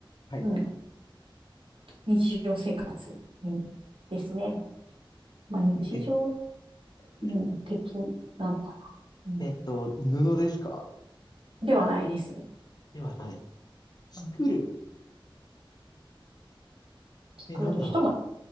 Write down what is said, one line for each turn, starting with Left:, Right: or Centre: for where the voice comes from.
Left: はい。
Right: うん、日常生活にですね。まあ、日常、
Left: 趣味で作る。
Right: うん、的なのかな。うん、
Left: えっと、布ですか
Right: ではないです。う
Left: ではない。作る。
Right: ん作る人も、
Left: え、なんだろう。